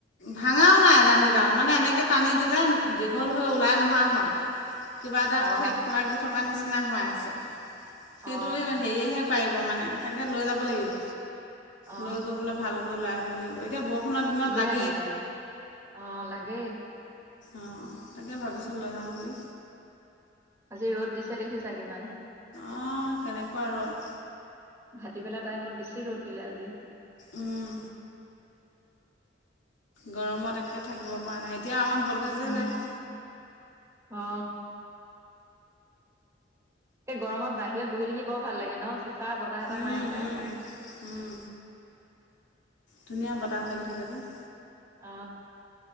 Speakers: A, on the left; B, on the right.
A: ভাঙাও নাই দাণ্ডীডাল মানে এনেকৈ টানি দিলে দীঘল হৈ ওলাই নহা হ'ল কিবা এটা
B: অ,
A: ঠেক লাগি থকা নিচিনা হৈ আছে সেইটো
B: অ,
A: হেৰিয়েহে পাৰিব মানে তাকে লৈ যাব লাগিব
B: অ,
A: লৈ গৈ পেলাই ভালকৈ লৈ আহিব লাগিব এতিয়া বৰষুণৰ দিনত
B: লৈ
A: লাগে
B: আহিবা অ লাগে
A: অঁ তাকে ভাবিছো লৈ যাম বুলি
B: আজি ৰ'দ দিছে দেখিছা কিমান
A: অ কেনেকোৱা ৰ'দ
B: ভাটিবেলা টাইমত বেছি ৰ'দ দিলে আজি
A: উম গৰমত একে থাকিব পৰা নাই এতিয়া আমাৰ ভলটেজে
B: উম
A: নাই
B: অ এ গৰমত বাহিৰত বহি থাকি বৰ ভাল লাগে ন চে চাহ বতাহ এটা
A: উম
B: মাৰে যে
A: উম উম ধুনীয়া লাগি থাকে যে <unintelligible>
B: অ